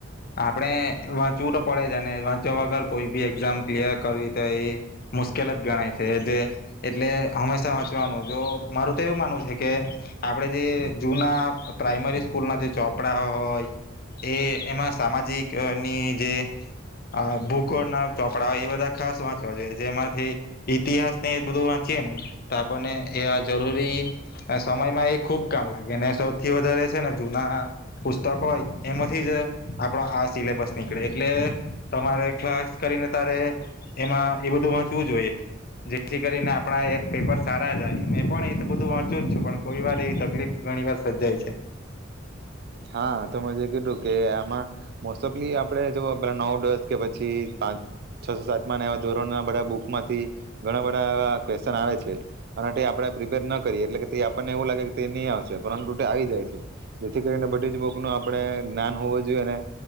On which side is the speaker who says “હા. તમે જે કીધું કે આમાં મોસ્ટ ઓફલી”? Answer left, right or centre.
Right